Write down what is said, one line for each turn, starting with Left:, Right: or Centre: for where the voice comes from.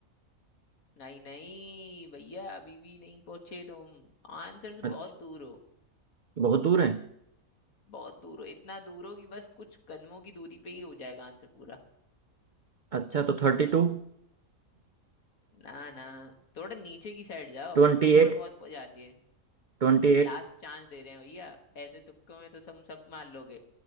Left: नहीं नहीं भैया अभी भी नहीं पहुंचे तुम आंसर से
Right: अच्छा
Left: बहुत दूर हो
Right: बहुत दूर है
Left: बहुत दूर हो इतना दूर हो कि बस कुछ कदमों की दूरी पे ही हो जाएगा आंसर पूरा
Right: अच्छा तो thirty two
Left: ना ना थोड़ा नीचे की साइड जाओ
Right: Twenty
Left: ऊपर
Right: eight
Left: बहुत जा रही है
Right: Twenty
Left: लास्ट
Right: eight
Left: चांस दे रहे हैं भैया ऐसे तुक्कों में तो सब सब मान लोगे